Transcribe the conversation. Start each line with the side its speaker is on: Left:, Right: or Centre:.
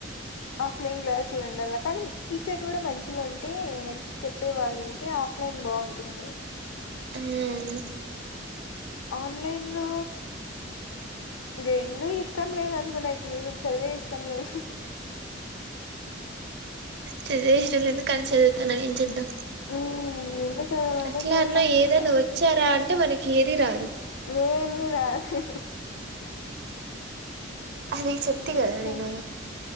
Left: ఆఫ్లైన్ క్లాసులు ఉండాల కానీ టీచర్ కూడా మంచిగా ఉంటే మంచిగా చెప్పే వాళ్ళు ఉంటే ఆఫ్లైన్ బాగుంటుంది.
Right: వూమ్మ్
Left: ఆన్లైన్ లో రెండూ ఇష్టం లేదు అనుకో నాకి ఈరోజులు చదివే ఇష్టం లేదు.
Right: చదువే ఇష్టం లేదు కానీ చదువుతాన్నాం ఏం చేద్దాం
Left: ఉమ్ ఎన్న చదవాలంటే
Right: అట్లా
Left: చదువుతానంటే
Right: అన్నా ఏదైనా వచ్చారా అంటే మనకి హేరిరాారు
Left: నేన్ని నాసి
Right: అది చెప్తే
Left: ఈ
Right: కదా
Left: విషయం
Right: నేను